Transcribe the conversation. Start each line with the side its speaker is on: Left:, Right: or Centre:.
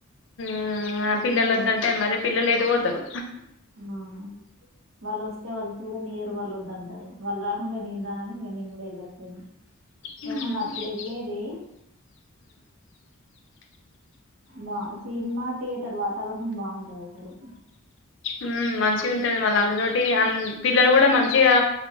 Left: ఆ ఆ
Right: పిల్లలు
Left: పిల్లలొద్దంటె మరి పిల్లలెట్ పోతరు
Right: ఆవును వాల్లొస్తే వాళ్ళు చూడ నియ్యరు వాల్లొద్దంటరు వాళ్ళు రా కుండ నేను రానని ఇగ నేను కూడా ఎలట్లేను
Left: మ్మ్
Right: కాకుండా అప్పుడెళ్ళేది బా సినిమా థియేటర్ వాతావరణం బాగుంటదసలు
Left: ఉమ్ మంచిగుంటది మళ్లందులోటి అం పిల్లలు కూడా మంచిగా